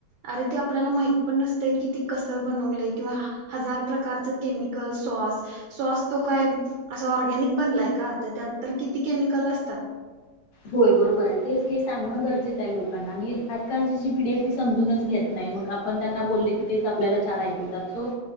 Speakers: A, on the right (about 75°); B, on the left (about 80°).
A: अरे ते आपल्या माहीत पण नसतं कसा बनवलाय किंवा हजार प्रकारचं केमिकल सॉस सॉस तो काय ऑरगॅनिक बनलाय काय त्यात तर किती केमिकल कल असतात.
B: होय बरोबर आहे तेच हे सांगणं गरजेचं लोकांना कालची पिढी आहे ती समजूनच घेत नाही. मग आपण त्यांना बोलले की ते आपल्याला चार ऐकतात सो